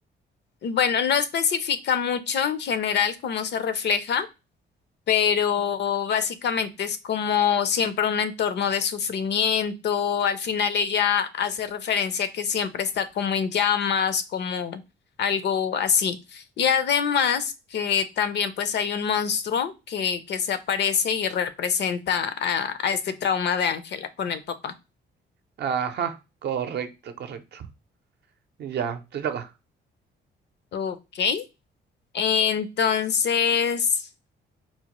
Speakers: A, on the left; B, on the right.
A: bueno, no especifica mucho en general cómo se refleja, pero básicamente es como siempre un entorno de sufrimiento. Al final ella hace referencia a que siempre está como en llamas, como algo así. Y además que también pues hay un monstruo que, que se aparece y representa a, a este trauma de Ángela con el papá.
B: Ajá, correcto, correcto. Ya, te toca.
A: Ok, entonces